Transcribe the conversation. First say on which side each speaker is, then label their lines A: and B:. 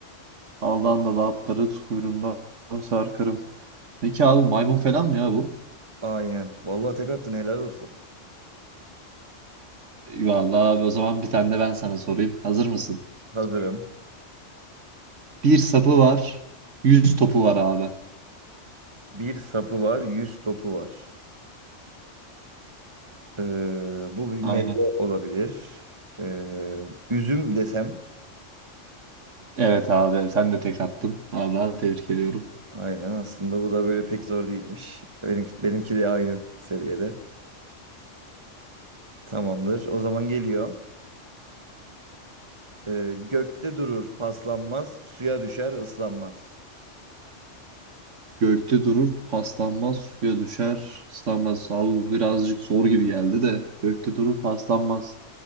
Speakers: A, on the right (about 75°); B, on the right (about 25°).
A: Aldan da atları kuyruğumdan sarkarım. Ne ki abi maymun falan mı ya bu?
B: Aynen. Vallahi tek attın helal olsun.
A: Valla abi o zaman bir tane de ben sana sorayım. Hazır mısın?
B: Hazırım.
A: Bir sapı var. Yüz topu var abi.
B: Bir sapı var, yüz topu var. Ee, bu bir
A: Aynen.
B: meyve olabilir. Ee, üzüm desem.
A: Evet abi sen de tek attın. Valla tebrik ediyorum.
B: Aynen aslında bu da böyle pek zor değilmiş. Benimki, benimki de aynı seviyede. Tamamdır. O zaman geliyor. Ee, gökte durur, paslanmaz, suya düşer, ıslanmaz.
A: Gökte durur, paslanmaz, suya düşer, ıslanmaz. Abi bu birazcık zor gibi geldi de. Gökte durur, paslanmaz.